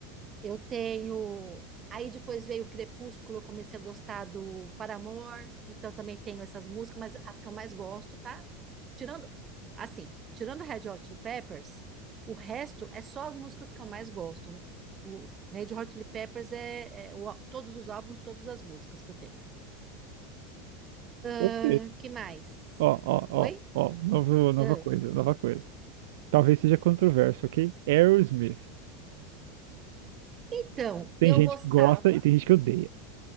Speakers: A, on the right (about 25°); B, on the right (about 75°).
A: Eu tenho. Aí depois veio o Crepúsculo, eu comecei a gostar do Paramore, então também tenho essas músicas, mas as que eu mais gosto, tá? Tirando, assim, tirando Red Hot Chili Peppers, o resto é só as músicas que eu mais gosto. O Red Hot Chili Peppers é, é o á- todos os álbuns, todas as músicas que eu tenho.
B: ok.
A: Ahn, que mais?
B: Ó, ó, ó,
A: Oi?
B: ó. Novo, nova
A: Ahn.
B: coisa, nova coisa. Talvez seja controverso, ok? Aerosmith.
A: Então,
B: Tem
A: eu
B: gente
A: gostava.
B: que gosta e tem gente que odeia.